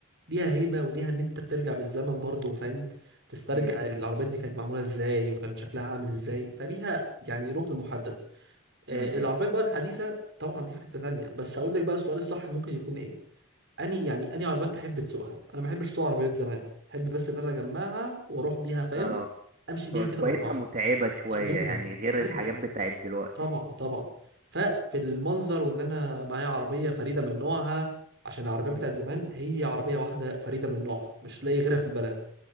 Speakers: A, on the right; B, on the right.
A: ليها هيبه وليها ان انت بترجع بالزمن برضو فاهم تسترجع
B: امم
A: العربيات دي كانت معموله ازاي وكان شكلها عامل ازاي فليها يعني ركن محدد آه،
B: امم
A: العربيات بقى الحديثه طبعا دي في حته تانية بس اقول لك بقى السؤال الصح ممكن يكون ايه اني يعني اني عربيات تحب تسوقها انا ما احبش اسوق عربيات زمان احب بس ان انا اجمعها واروح بيها فاهم
B: اه
A: امشي بيها
B: سو-
A: كده
B: سواقتها
A: بالراحه
B: متعبة شوية
A: آه، جدا
B: يعني غير
A: جدا
B: الحاجات بتاعت دلوقتي
A: طبعا طبعا ففي المنظر وان انا معايا عربيه فريده من نوعها عشان العربيات
B: مم.
A: بتاعت زمان هي عربيه واحده فريده من نوعها مش تلاقي غيرها في البلد